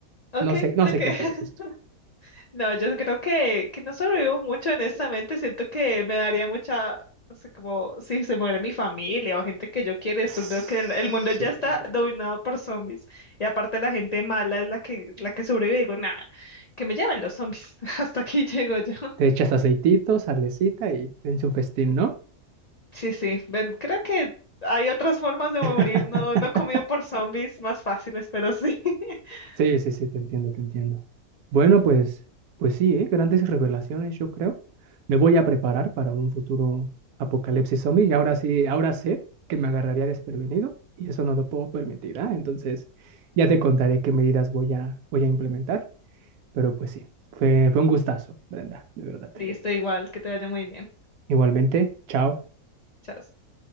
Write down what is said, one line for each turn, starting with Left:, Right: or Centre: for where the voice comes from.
Left: ok,
Right: No sé, no
Left: ok.
Right: sé qué pienses
Left: <laughs>
Right: tú.
Left: No, yo creo que, que no sobrevivo mucho, honestamente. Siento que me daría mucha, o sea, como si se muere mi familia o gente que yo quiero, y después
Right: Sí,
Left: veo que el, el mundo ya está
Right: no.
Left: dominado por zombies. Y aparte la gente mala es la que, la que sobrevive, digo, nada, que me lleven los zombies. <laughs> Hasta aquí llego yo.
Right: Te echas aceitito, salecita y dense un festín, ¿no?
Left: Sí, sí. Ven, creo que hay otras formas de
Right: <laughs>
Left: morir, no, no comido por zombies más fáciles, pero sí. <laughs>
Right: Sí, sí, sí, te entiendo, te entiendo. Bueno, pues, pues sí, ¿eh? Grandes revelaciones, yo creo. Me voy a preparar para un futuro apocalipsis zombie y ahora sí, ahora sé que me agarraría desprevenido y eso no lo puedo permitir, ¿ah? Entonces, ya te contaré qué medidas voy a, voy a implementar, pero pues sí, fue, fue un gustazo, Brenda, de verdad.
Left: Listo, igual, que te vaya muy bien.
Right: Igualmente, chao.
Left: Chao.